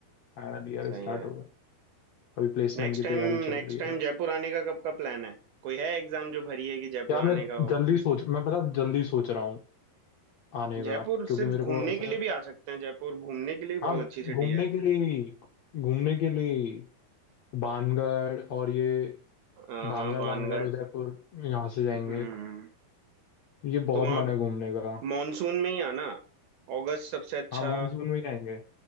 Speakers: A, on the left (about 60°); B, on the right (about 75°).
A: फाइनल ईयर
B: सही
A: स्टार्ट
B: है
A: हो गया अभी प्लेसमेंट
B: Next
A: की
B: time
A: तैयारी चल
B: next
A: रही है
B: time
A: बस
B: Jaipur आने का कब का प्लान है कोई है एग्जाम जो भरी है कि जयपुर
A: यार मैं
B: आने का हो
A: जल्दी सोच मैं पता जल्दी सोच रहा हूँ आने
B: जयपुर
A: का क्योंकि
B: सिर्फ
A: मेरे
B: घूमने
A: को ऐसा
B: के लिए भी आ सकते हैं जयपुर घूमने के लिए भी
A: हाँ
B: बहुत अच्छी सिटी
A: घूमने
B: है
A: के लिए ही, घूमने के लिए ही। बानगढ़ और ये
B: हाँ
A: बानगढ़
B: हाँ भानगढ़
A: बानगढ़ उदयपुर यहाँ से जाएंगे
B: हम्म
A: ये बहुत
B: तो वहाँ
A: मन है घूमने का
B: मॉनसून में ही आना अगस्त सबसे अच्छा
A: हाँ मानसून में जाएंगे